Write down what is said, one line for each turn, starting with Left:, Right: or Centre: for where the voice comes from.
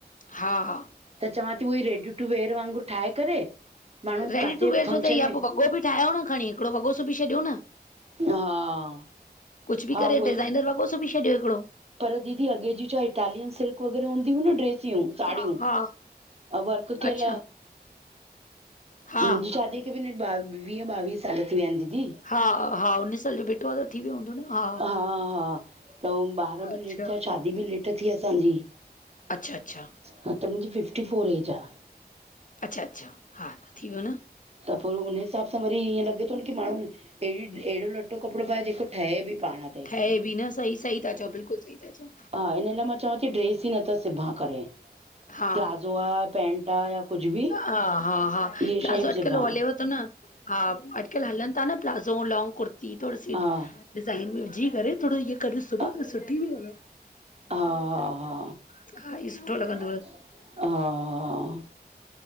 Left: हा हा
Right: त चवां थी उहई रेडू टू वेअर वांगुरु ठाहे करे माण्हू
Left: रेडी
Right: काथे
Left: टू वेअर
Right: फंक्शन
Left: छो अथई या
Right: में
Left: वॻो बि ठाहियो न खणी हिकिड़ो वॻो सिबी छॾियो न
Right: हा
Left: कुछ बि
Right: हा
Left: करे
Right: उहोई
Left: डिज़ाइनर वॻो सूबी छॾियो हिकिड़ो
Right: पर दीदी अॻे जी चा इटालियन सिल्क वगैरह हूंदी हु न ड्रेस ियूं साड़ियूं
Left: हा हा
Right: वर्क कल
Left: अच्छा हा
Right: मुंहिंजी शादीअ खे बि वीह ॿावीह साल थी विया आहिन दीदी
Left: हा हा उन साल जो भीठो आ त थी वियो हूंदो न हा
Right: हा हा त ॿार बि
Left: अच्छा
Right: लेट थिया शादी बि लेट थी असांजी
Left: अचछा अचछा।
Right: हा त मुंहिंजी फिफ्टी फोर एज आ।
Left: अच्छा अच्छा हा थी वियो न
Right: त पोइ उन हिसाब सां वरी ईअं लॻे थो न की माण्हू अहिड़ी अहिड़ो लटो कपिड़ो पाए जेको ठहे बि पाण। ते
Left: ठहे बि न सही सही ता चओ बिल्कुल सही ता चओ
Right: हिन म <unintelligible> मां चवां थी ड्रेस ई नथा सिभा करे
Left: हा
Right: प्लाज़ो आहे पेंंट आहे या कुछ बि।
Left: हा हा हा
Right: इहे
Left: प्लाज़ो
Right: शयूं
Left: अॼुकल्ह
Right: सिबां
Left: हलेव थो न हा अॼुकल्ह हलनि तां न प्लाज़ो लॉनंग कुर्ती थोरी सी
Right: हा
Left: डिज़ाइन में विझी करे थोरो इहो कभी सुबह
Right: हा
Left: <unintelligible>
Right: हा हा
Left: हा ई सुठो लॻंदो
Right: हा